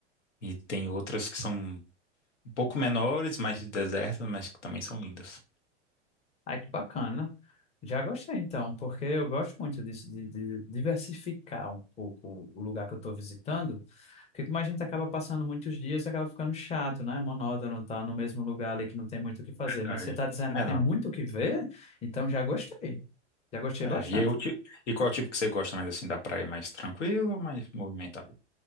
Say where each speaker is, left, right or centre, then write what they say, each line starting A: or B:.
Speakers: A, on the left; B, on the left.
A: E tem outras que são um pouco menores, mais desertas, mas que também são lindas.
B: Ai, que bacana. Já gostei então, porque eu gosto muito disso, de, de diversificar um pouco o lugar que eu estou visitando Porque como a gente acaba passando muitos dias, acaba ficando chato, né? Monótono, tá no mesmo lugar ali que não tem muito o que fazer.
A: Verdade.
B: Mas você tá dizendo
A: É,
B: que tem
A: não.
B: muito o que ver, então já gostei. Já gostei bastante.
A: É, e, eu, ti- e qual tipo que você gosta mais assim da praia? Mais tranquilo ou mais movimentado?